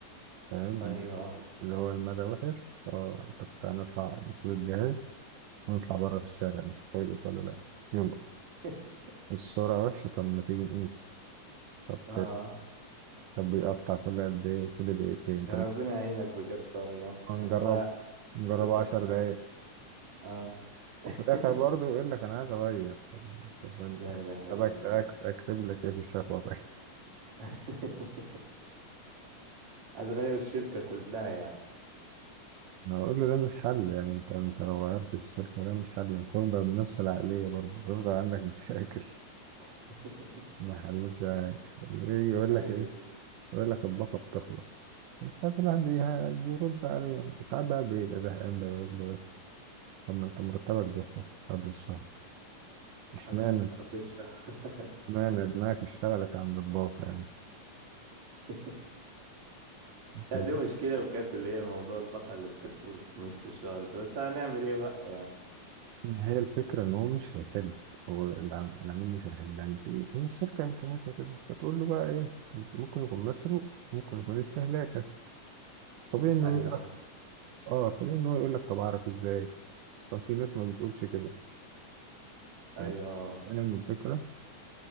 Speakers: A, on the right (about 80°); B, on the right (about 60°).
A: فاهم
B: ايوه اه
A: اللي هو المدى وحش اه انت بتاع نطلع نسيب الجهاز ونطلع بره في الشارع نشوف هو يلقط ولا لا يلا
B: <laughs>
A: السرعة وحشة طب ما تيجي نقيس طب
B: اه
A: حلو طب بيقطع كل قد ايه كل دقيقتين طب
B: ده ربنا يعينك بجد والله
A: ما
B: يعني
A: نجربه
B: انا
A: نجربه
B: كنت اشتغلت
A: عشر دقايق
B: اه
A: وفي
B: <laughs>
A: الاخر برضه يقول لك انا عايز اغير طب طب
B: لا اله
A: طب
B: الا
A: أكت-
B: الله
A: أكت- اكتب لك ايه في الشكوى طيب
B: <laughs> عايز اغير الشركه كلها يعني
A: انا اقول له ده مش حل يعني انت انت لو غيرت الشركه ده مش حل انت تفضل بنفس العقليه برضه بيفضل عندك مشاكل
B: <laughs>
A: ما حلتش حاجه يجي يقول
B: اي
A: لك ايه يقول لك الباقه بتخلص بس ساعات الواحد بيه- بيرد عليه ساعات بقى بيبقى زهقان بقى يقول له ايه طب ما انت مرتبك بيخلص قبل الشهر اشمعنى
B: حصل قبل الشهر
A: اشمعنى دماغك اشتغلت عند الباقه
B: <laughs> لا
A: يعني
B: دي مشكلة بجد اللي هي موضوع البقرة اللي بتفوز في نص الشهر ده بس هنعمل ايه بقى يعني
A: ما هي الفكرة إن هو مش هيحل هو العم- العميل مش هيحل يعني في- هي الشركة إمكانياتها كده فتقول له بقى إيه ممكن يكون مسروق ممكن يكون استهلاكك طبيعي إنه
B: ايوه
A: يقول لك
B: حصل
A: آه طبيعي إن هو يقول لك طب أعرف إزاي أصلا في ناس ما بتقولش كده طب
B: ايوه
A: فاهم الفكرة